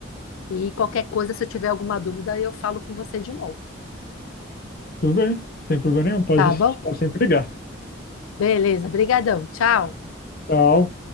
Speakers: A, on the left; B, on the left.
A: E qualquer coisa, se eu tiver alguma dúvida, eu falo com você de novo.
B: Tudo bem. Sem problema nenhum. Pode,
A: Tá bom?
B: pode sempre ligar.
A: Beleza, brigadão. Tchau.
B: Tchau.